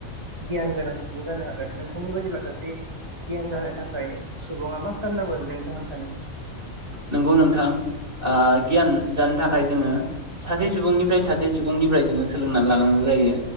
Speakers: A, on the right; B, on the right.
A: गियान गोनां सुबुं जानो हागोन नोंथांनि बादिब्ला सासे गियान जानो थाख खाय सुबुङा मा खालामनांगौ नोंथाङा सानो?
B: नंगौ नोंथां ओ गियान जानो थाखाय जोङो सासे सुबुंनिफ्राय सासे सुबुंनिफ्राय जोङो सोलोंनानै लानांगौ जायो।